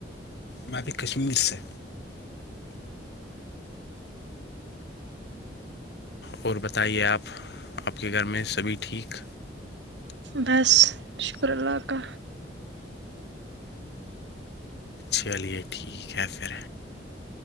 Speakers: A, on the left; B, on the right.
A: م بھیی کشمیر سے اور بتائیے آپ آپ کے گھر میں سبھی ٹھیک
B: بس شکر اللہ کا
A: چلیے ٹھیک ہے پھر